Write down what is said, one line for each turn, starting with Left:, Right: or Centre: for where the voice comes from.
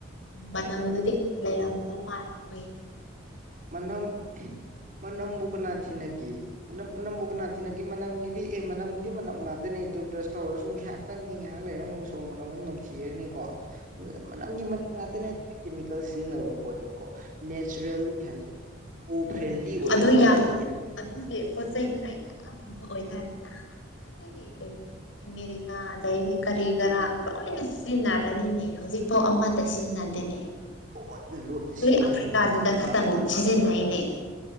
Left: ꯃꯝꯗꯨꯗꯤ ꯂꯩꯔꯝꯗꯧ ꯃꯥꯜꯂꯦ ꯃꯣꯏꯅ
Right: ꯃꯅꯝ ꯃꯅꯝꯕꯨ ꯀꯅꯥ ꯊꯤꯅꯒꯤ ꯃꯅꯝ ꯃꯅꯝꯕꯨ ꯀꯅꯥ ꯊꯤꯅꯒꯤ ꯃꯅꯝꯒꯤꯗꯤ ꯑꯦ ꯃꯅꯝ ꯗꯤ ꯃꯅꯝ ꯉꯥꯛꯇꯅꯦ ꯑꯗꯨ ꯕ꯭ꯔꯁ ꯇꯧꯔꯁꯨ ꯉꯥꯏꯍꯥꯛꯇꯪꯅꯤ ꯉꯥꯏꯍꯥꯛ ꯂꯩꯔꯝꯃꯨ ꯁꯣꯔ ꯃꯅꯝ ꯑꯃꯨꯛ ꯅꯝꯊꯤꯔꯅꯤꯀꯣ ꯃꯅꯝꯒꯤ ꯃꯅꯝ ꯉꯥꯛꯇꯅꯦ ꯑꯗꯨꯗꯤ ꯀꯦꯃꯤꯀꯦꯜ ꯁꯤꯖꯤꯟꯅꯕ ꯄꯣꯠꯅꯤꯀꯣ ꯅꯦꯆꯔꯦꯜꯂꯤ ꯍꯥꯏꯁꯦ ꯀꯣ ꯐ꯭ꯔꯦꯟꯂꯤ ꯑꯣꯏꯒꯗꯕ
Left: ꯑꯗꯨ ꯌꯥꯝ
Right: ꯑꯩꯈꯣꯏꯒꯤ ꯑꯦꯟꯚꯥꯏꯔꯣꯟ
Left: ꯑꯗꯨꯒꯤ ꯄꯣꯠ ꯆꯩꯗꯨꯅ ꯌꯥꯝ ꯐꯕ ꯑꯣꯏꯇꯥꯔꯅꯤꯅ ꯗꯒꯤ ꯑꯦꯔꯤꯀꯥ ꯗꯩꯕꯤ ꯀꯔꯤ ꯈꯔꯥ ꯂꯣꯏꯅ ꯁꯤꯖꯤꯟꯅꯔꯅꯤꯅꯦ ꯍꯧꯖꯤꯛꯐꯥꯎ ꯑꯃꯗ ꯁꯤꯖꯤꯟꯅꯗꯦꯅꯦ
Right: ꯂꯣꯟꯅ ꯂꯣꯟꯅ
Left: ꯑꯣꯡꯂꯤ
Right: ꯁꯤꯖꯤꯟꯅꯔꯤꯕꯅꯤꯀꯣ
Left: ꯑꯐ꯭ꯔꯤꯀꯥꯗꯨꯗ ꯈꯇꯪ ꯁꯤꯖꯤꯟꯅꯩꯅꯦ